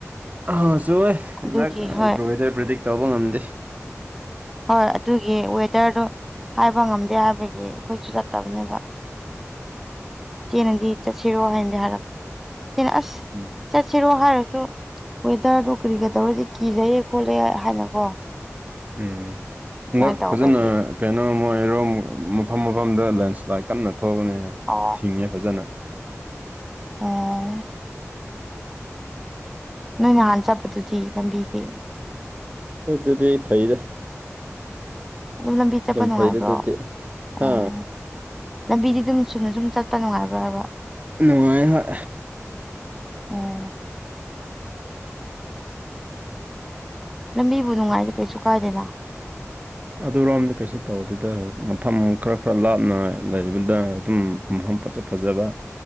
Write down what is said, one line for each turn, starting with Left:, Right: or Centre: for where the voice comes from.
Right: ꯑꯥ ꯆꯨꯌꯦ
Centre: ꯑꯗꯨꯒꯤ
Right: ꯉꯛ
Centre: ꯍꯣꯏ
Right: ꯂꯣꯏꯔꯦ ꯄ꯭ꯔꯤꯗꯤꯛ ꯇꯧꯕ ꯉꯝꯗꯦ
Centre: ꯍꯣꯏ ꯑꯗꯨꯒꯤ ꯋꯦꯗ꯭ꯔꯗꯨ ꯍꯥꯏꯕ ꯉꯝꯗꯦ ꯍꯥꯏꯕꯒꯤ ꯑꯩꯈꯣꯏꯁꯨ ꯆꯠꯇꯥꯕꯅꯦꯕ ꯏꯆꯦꯅꯗꯤ ꯆꯠꯁꯤꯔꯣ ꯍꯥꯏꯅꯗꯤ ꯍꯥꯔꯞ ꯑꯩꯅ ꯑꯥꯁ
Right: ꯎꯝ
Centre: ꯆꯠꯁꯤꯔꯣ ꯍꯥꯏꯔꯁꯨ ꯋꯦꯗ‌‌꯭ꯔꯗꯨ ꯀꯔꯤ ꯀꯔꯤꯒ ꯇꯧꯔꯗꯤ ꯀꯤꯖꯩꯌꯦ ꯈꯣꯠꯂꯦ ꯍꯥꯏꯅꯀꯣ
Right: ꯑꯝ
Centre: ꯑꯗꯨꯃꯥꯏꯅ
Right: ꯍꯟꯗꯛ
Centre: ꯇꯧꯕꯒꯤ
Right: ꯐꯥꯖꯅ ꯀꯩꯅꯣꯝꯃꯥ ꯃꯣꯏꯔꯣꯝ ꯃꯐꯝ ꯃꯐꯝꯗ ꯂꯦꯟꯁ꯭ꯂꯥꯏꯠ ꯀꯟꯅꯥ ꯊꯣꯛꯕꯅꯦ
Centre: ꯑꯣ
Right: ꯊꯤꯡꯉꯦ ꯐꯥꯖꯅ
Centre: ꯑꯣ ꯅꯣꯏ ꯅꯥꯍꯟ ꯆꯠꯄꯗꯨꯗꯤ ꯂꯝꯕꯤꯗꯤ
Right: ꯑꯩꯈꯣꯢꯗꯗꯤ ꯐꯩꯗ
Centre: ꯑꯗꯨ ꯂꯝꯕꯤ ꯆꯠꯄꯥ
Right: ꯌꯥꯝ
Centre: ꯅꯨꯡꯉꯥꯏꯕ꯭ꯔꯣ
Right: ꯐꯩꯗ ꯑꯗꯨꯗꯤ ꯍꯥ
Centre: ꯑꯣ ꯂꯝꯕꯤꯗꯤ ꯑꯗꯨꯝ ꯆꯨꯝꯅ ꯁꯨꯝ ꯆꯠꯄꯥ ꯅꯨꯡꯉꯥꯏꯕ꯭ꯔꯣ ꯍꯥꯏꯕ
Right: ꯅꯨꯡꯉꯥꯏꯌꯦ ꯍꯣꯏ
Centre: ꯑꯣ ꯂꯝꯕꯤꯕꯨ ꯅꯨꯡꯉꯥꯏꯔꯗꯤ ꯀꯩꯁꯨ ꯀꯥꯏꯗꯦꯅ
Right: ꯑꯗꯨꯔꯣꯝ ꯀꯩꯁꯨ ꯇꯧꯗꯦꯗ ꯃꯐꯝ ꯈꯔꯥ ꯈꯔꯥ ꯂꯥꯞꯅ ꯂꯩꯕꯗ ꯑꯗꯨꯝ ꯃꯐꯝ ꯐꯥꯖ ꯐꯥꯖꯕ